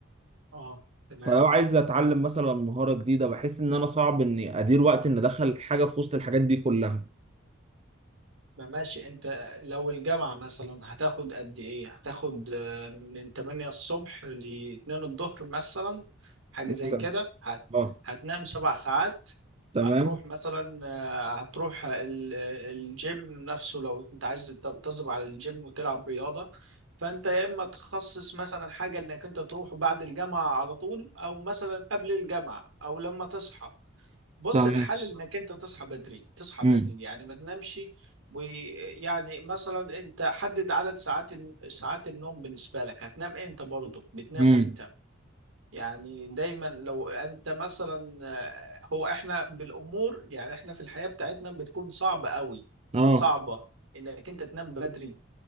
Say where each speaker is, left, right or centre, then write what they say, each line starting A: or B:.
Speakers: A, on the right; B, on the right.
A: آه، تمام
B: فلو عايز اتعلم مثلا مهاره جديده بحس ان انا صعب اني ادير وقت ان ادخل حاجه في وسط الحاجات دي كلها
A: ما ماشي انت لو الجامعة مثلا هتاخد قد ايه هتاخد آه، من 8 الصبح ل 2 الظهر مثلا حاجة
B: مثلا
A: زي كده هت...
B: اه
A: هتنام سبع ساعات
B: تمام
A: هتروح مثلا آه، هتروح ال... الجيم نفسه لو انت عايز تنتظم على الجيم وتلعب رياضة فانت يا اما تخصص مثلا حاجة انك انت تروح بعد الجامعة على طول او مثلا قبل الجامعة او لما تصحى بص
B: تمام
A: الحل انك انت تصحى بدري تصحى
B: امم
A: بدري يعني ما تنامش ويعني مثلا انت حدد عدد ساعات ساعات النوم بالنسبه لك هتنام امتى برضه بتنام
B: امم
A: امتى يعني دايما لو انت مثلا آه، هو احنا بالامور يعني احنا في الحياه بتاعتنا بتكون صعبه قوي
B: اه
A: صعبه انك انت تنام بدري